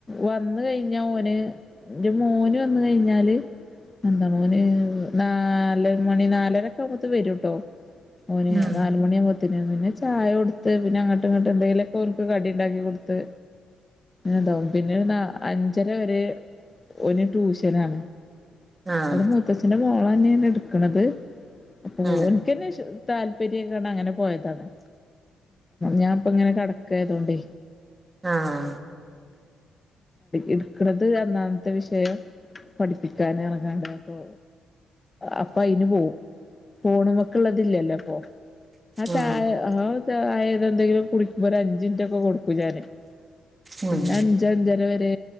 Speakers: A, on the left; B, on the right.
A: വന്ന് കഴിഞ്ഞ ഓന് മോന് വന്ന കഴിഞ്ഞാല് എന്താ മോന് നാല് മണി നാലരൊക്കെ ആവുമ്പോത്ത വരും കേട്ടോ ഓന്
B: ഉം
A: നാലുമണിയാവുമ്പോ പിന്നെ ചായ കൊടുത്ത് പിന്നെ അങ്ങോട്ട ഇങ്ങോട്ട് എന്തെങ്കിലുക്കെ ഓൻക്ക് കടി ഉണ്ടാക്കി കൊടുത്ത്. ണ്ടാവും പിന്നെ അഞ്ചര വരെ ഒന് ടൂഷനാണ്.
B: ആഹ്
A: ഇവിടെ മൂത്തച്ഛന്റെ മോളന്നെണ് എടുക്കണത് അപ്പൊ
B: ആഹ്
A: ഓന്ക്കന്നെ ഇശ് താല്പര്യങ്ങനെ പോയതാണ് ഞൻപ്പ ഇങ്ങനെ കെട ഒക്കെ ആയതുകൊണ്ട്
B: ആഹ
A: എടുക്കണത അന്നാത്തെ വിഷയം പഠിപ്പിക്കാൻ ഇറ ങ്ങാണ്ട അപ്പൊൾ അപ്പൊ അയിന് പോകും ഫോണൊക്കെ ഇല്ലല്ലോ <unintelligible>
B: ഉം
A: ചായ എന്തെങ്കിലും കുടിക്കുമ്പോൾ ഒരു അഞ്ച് മിനിറ്റ് ഒക്കെ കൊടുക്കും ഞാാന്
B: ഉം ഉം
A: പിന്നെ അഞ്ച അഞ്ചന വരെ